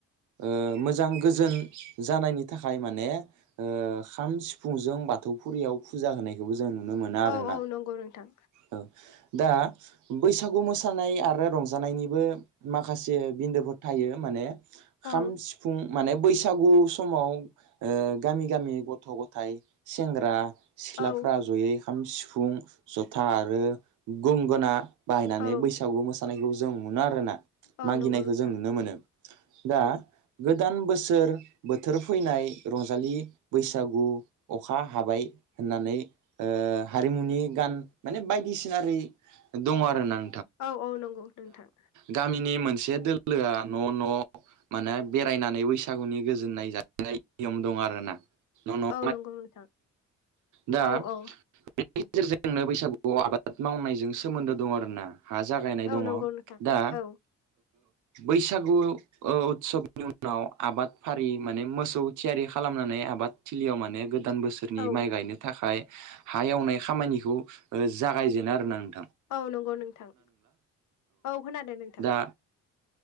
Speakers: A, on the right; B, on the left.
A: ओ मोजां गोजोन जानायनि थाखाय माने ओ खाम सिफुंजों बाथौ फुरियाव फुजा होनायखौबो जों नुनो मोना आरो
B: औ
A: ना
B: औ नंगौ नोंथां
A: औ दा बैसागु मोसानाय आरो रंजानायनिबो माखासे बिन्दोफोर थायो माने खाम
B: औ
A: सिफुं माने बैसागु समाव ओ गामि गामि गथ' गथाइ सेंग्रा सिख्लाफ्रा
B: औ
A: जयै खाम सिफुं जथा आरो गंगोना बाहायनानै
B: औ
A: बैसागु मोसानायखौ जों मोनो आरो ना
B: औ
A: मागिनायखौ
B: नंगौ नोंथां
A: जों नुनो मोनो दा
B: औ
A: गोदान बोसोर बोथोर फैनाय रंजालि बैसागु अखा हाबाय होननानै ओ हारिमुनि गान माने बायदिसिना दङ आरो नों
B: औ औ नंगौ नोंथां
A: गामिनि मोनसे दोलोआ न' न' माने बेरायनानै बैसागुनि गोजोननाय जा नियम दं आरो ना नों
B: औ नंगौ नोंथां
A: दा
B: औ औ
A: बेनि गेजेरजोंनो बैसागु औ आबाद मावनायजों सोमोन्दो दं आरो ना हा जागायनाय
B: औ
A: दङ
B: नंगौ नोंथां
A: दा
B: औ
A: बैसागु ओ उतसबनि उनाव आबाद फारि माने मोसौ थियारि खालामनानै आबाद थिलियाव माने गोदान बोसोरनि
B: औ
A: माइ गायनो थाखाय हा एवनाय खामानिखौ ओ जागायजेनो आरो नों
B: औ नंगौ नोंथां औ खोनादों नोंथां
A: दा